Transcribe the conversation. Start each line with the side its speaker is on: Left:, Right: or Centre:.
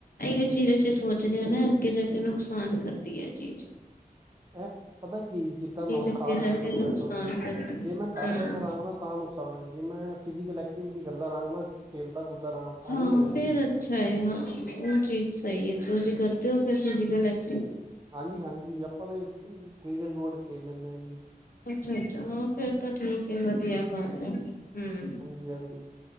Left: ਇਹੀਓ ਚੀਜ਼ ਅਸੀਂ ਸੋਚਦੇ ਹਾਂ ਨਾ ਅੱਗੇ ਜਾ ਕੇ ਨੁਕਸਾਨ ਕਰਦੀ ਹੈ ਇਹ ਚੀਜ਼।
Right: ਐਪ ਪਤਾ ਕੀ ਜਿੱਦਾਂ ਮੈਂ ਹੁਣ
Left: ਅੱਗੇ
Right: ਖਾ ਲੈ
Left: ਜਾ
Right: ਨੇ
Left: ਕੇ
Right: ਬਟੂਲੇ
Left: ਨੁਕਸਾਨ
Right: ਛੋਲੇ
Left: ਕਰਦੀ
Right: ਜੇ ਮੈਂ ਘਰ
Left: ਹੈ
Right: ਬੈਠਾ
Left: ਹਾਂ
Right: ਰਹਾਂਗਾ ਨਾ ਤਾਂ ਨੁਕਸਾਨ ਹੋਏ ਜਿੰਮ ਮੈਂ ਫਿਜ਼ਕਲ ਐਕਟੀਵਿਟੀ ਕਰਦਾ ਰਹਾਂਗਾ ਨਾ ਖੇਲਦਾ ਕੁਦਦਾ ਰਹਾਂ
Left: ਹਾਂ
Right: ਹਜ਼ਮ ਹੋ ਜਣ
Left: ਫੇਰ
Right: ਗੇ।
Left: ਅੱਛਾ ਹੈ ਹਾਂ ਉਹ ਚੀਜ਼ ਸਹੀ ਹੈ, ਤੁਸੀਂ ਕਰਦੇ ਹੋ ਫਿਜੀਕਲ ਐਕਟੀਵਿਟੀ।
Right: ਹਾਂਜੀ, ਹਾਂਜੀ ਆਪਾਂ ਤੇ ਕ੍ਰਿਕਟ ਕ੍ਰਿਕਟ ਖੇਲ ਲੈਂਦੇ ਹਾਂ ਜੀ।
Left: ਅੱਛਾ, ਅੱਛਾ ਫੇਰ ਤਾਂ ਠੀਕ ਵਧੀਆ ਗੱਲ ਹੈ। ਹਮ,
Right: ਹਾਂਜੀ ਹਾਂਜੀ